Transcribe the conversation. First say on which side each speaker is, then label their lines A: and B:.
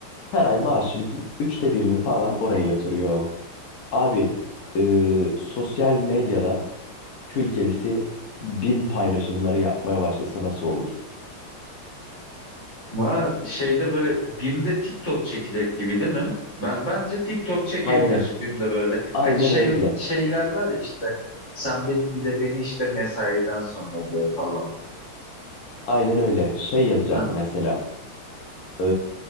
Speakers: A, on the left; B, on the left.
A: Her ay maaşının üçte birini falan oraya yatırıyor. Abi e, sosyal medyada kül kedisi bin paylaşımları yapmaya başlasa nasıl olur?
B: Ha, şeyde böyle BİM'de TikTok çekecek gibi değil mi? Ben bence TikTok çekebilir
A: Aynen.
B: BİM'de böyle.
A: Aynen
B: Hani şey
A: öyle.
B: şeyler var ya işte. Sen bir, bir de beni işte mesaiden sonra gör falan.
A: Aynen öyle. Şey yazacak
B: Ha,
A: mesela. e,